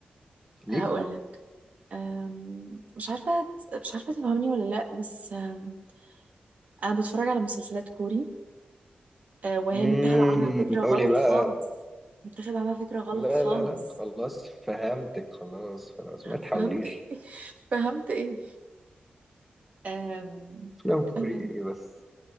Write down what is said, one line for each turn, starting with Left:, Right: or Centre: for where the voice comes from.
Centre: ليه
Right: هقول
Centre: كوري
Right: لك أم، مش عارفة هت- مش عارفة تفهمني ولا لأ بس أم، أنا بتفرج على مسلسلات كوري أه، وهي
Centre: امم
Right: متاخد اه عنها فكرة
Centre: قولي
Right: غلط
Centre: بقى
Right: خالص متاخد عنها فكرة غلط
Centre: لا
Right: خالص
Centre: لا لا خلاص فهمتك خلاص خلاص ما تحاوليش
Right: فهمت إيه <laughs> فهمت إيه أم،
Centre: <laughs> افلام كوري
Right: أنا
Centre: ايه بس